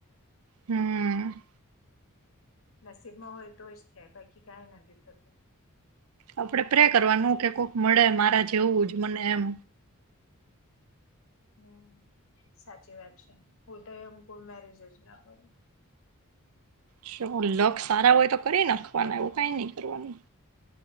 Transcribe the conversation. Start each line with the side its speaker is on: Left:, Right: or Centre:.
Right: હમ
Left: નસીબમાં હોય તો જ થાય બાકી કઇ નથી થતું
Right: આપણેે પ્રે કરવાનું કે કોક મળે મારા જેવું જ મને એમ
Left: હમ સાચી વાત. કોઈ મેરેજ જ ના કરુ.
Right: જો લક સારા હોય તો કરી નાખવાના એવું કઈ નહી કરવાનું.